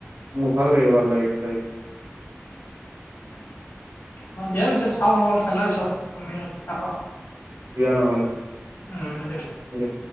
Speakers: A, on the right (about 80°); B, on the left (about 90°).
A: মোৰ ভাল লাগে ভাল লাগে চাই কি
B: অ দিয়া পিছে চাও মই অল খেলাছো তুমি থাক
A: দিয়া নহ'লে
B: উম
A: দিয়া